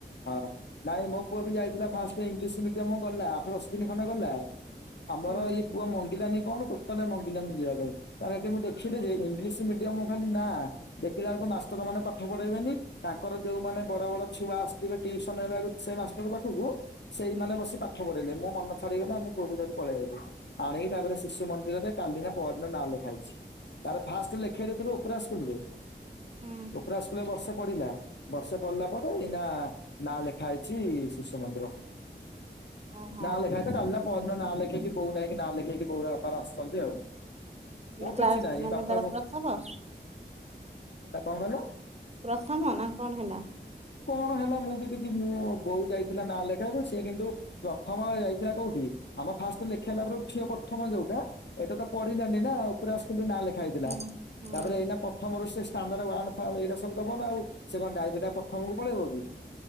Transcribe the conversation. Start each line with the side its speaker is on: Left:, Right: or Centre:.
Left: ହଁ ନାଇଁ ମୋ ପୁଅ ବି ଯାଇଥିଲା ଫାଷ୍ଟ ଇଂଲିଶ ମିଡିୟମ ଗଲା ଆଠ ଦଶ ଦିନ ଖଣ୍ଡେ ଗଲା ଆମର
Right: ହୁଁ
Left: ଏଇ ପୁଅ ମଙ୍ଗିଲାନି କଣ କ ଲି ମଙ୍ଗିଲାନି ଯିବା ପାଇଁ ତପରେ ହେଠୀ ମୁଁ ଦେଖିଲି ଯେ ଇଂଲିଶ ମିଡିୟମ ଖାଲି ନା ଦେଖିଲା ବଳଙ୍କ ମାଷ୍ଟର ମା ପାଠ ପଢେଇବେନି ତାଙ୍କର ଯୋଉମାନୋନେ ବଡ ବଡ ଛୁଆ ଟେୁସନ ହେବାକୁ ସେ ମାଷ୍ଟର ପାଖକୁ ସେଇମାନୋନ
Right: ହୁଁ
Left: ବସି ପାଠ ପଢିଲଲେ ମୋ ମନ ଛଡିଗଲେ ଆମ ପଅବକୁ ଯଦି ପଳେଇବୁ ଆଣିକି ତାପରେ ଶିଶୁ ମନ୍ଦିରରେ କାଲି ନା ପରଦିନ ନାଁ ଲେଖା ହେଇଛି। ତାର ଫାଷ୍ଟ ଲେଖେଇ ଦେଇଥିଲୁ ଉପରା ସ୍କୁଲରେ।
Right: ହୁଁ
Left: ଉପରା ସ୍କୁଲ ରେ ବର୍ଷେ ପଡିଲା ବର୍ଷେ ପଡିଲା ପରେ ଏଇନା ନାଁ ଲେଖା ହେଇଛି ଶିଶୁ ମନ୍ଦିର
Right: ଓହୋ
Left: ନାଁ ଲେଖା ହେଇଛି ପରଦିନ ନାଁ ଲେଖେଇକି ବୋଉ ନେଇକି ନାଁ ଲେଖେଇକି ବୋଉ ବପାର ଆସନ୍ତି ଆଉ। ମୁଁ
Right: କ୍ଲାସ
Left: କିଛି ନାହିଁ
Right: ମାନେ
Left: ବାପା
Right: ତର
Left: ବୋଉ
Right: ପ୍ରଥମ?
Left: କଣ କହିଲ
Right: ପ୍ରଥମ ନା କଣ ହେଲା?
Left: କଣ ହେଲା ମୁଁ ଦେଖିଛି ମୁଁ ବୋଉ ଯାଇଥିଲା ନାଁ ଲେଖାକୁ ସେି କିନ୍ତୁ ପ୍ରଥମ ଯାଇଥିଲା କୋଉଠି ଆମ ଫାଷ୍ଟ ଲେଖେଇଲା ପରେ ଉଠିିବ ପ୍ରଥମ ଯୋଉଟା ଏଇଟା ତ ପଢିଲାନି ନା ଉପରେ ଆ ନାଁ ଲେଖିଲ ଲେଖାହେଇଥିଲା
Right: ହୁଁ ହୁଁ
Left: ତାପରେ
Right: ହୁଁ
Left: ଏଇ ପ୍ରଥମଇଟା ସବୁବନ ଆଉ ସେ କଣ ଡାରେଟେ ଆଉ ପ ଥମ କୁ ପଳେଇବ କିି?